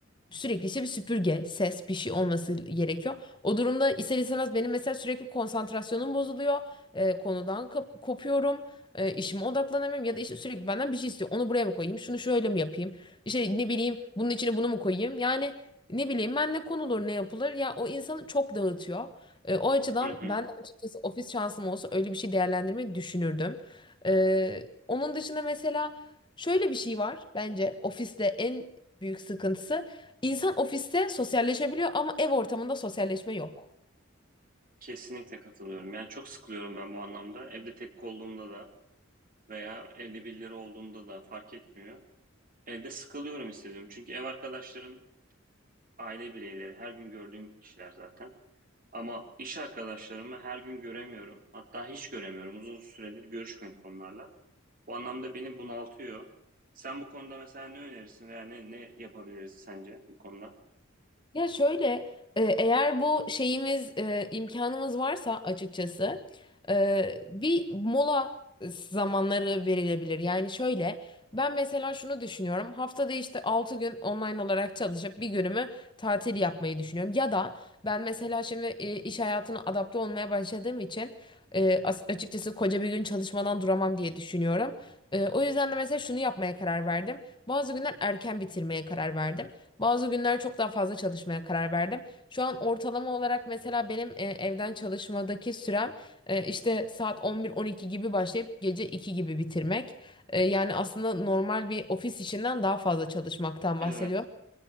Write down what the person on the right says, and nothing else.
Hı hı.
Kesinlikle katılıyorum. Yani çok sıkılıyorum ben bu anlamda. Evde tek olduğumda da veya evde birileri olduğunda da fark etmiyor. Evde sıkılıyorum hissediyorum. Çünkü ev arkadaşlarım aile bireyleri. Her gün gördüğüm kişiler zaten. Ama iş arkadaşlarımı her gün göremiyorum. Hatta hiç göremiyorum. Uzun süredir görüşmedik onlarla. Bu anlamda beni bunaltıyor. Sen bu konuda mesela ne önerirsin veya ne, ne yapabiliriz sence bu konuda?
Evet.